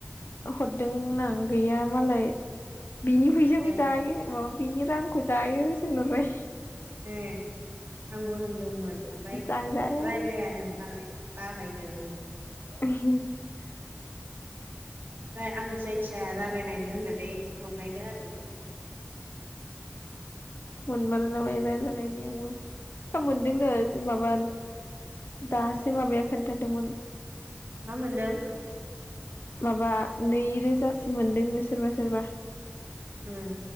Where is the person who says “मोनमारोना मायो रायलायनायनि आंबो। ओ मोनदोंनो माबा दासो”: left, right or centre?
Left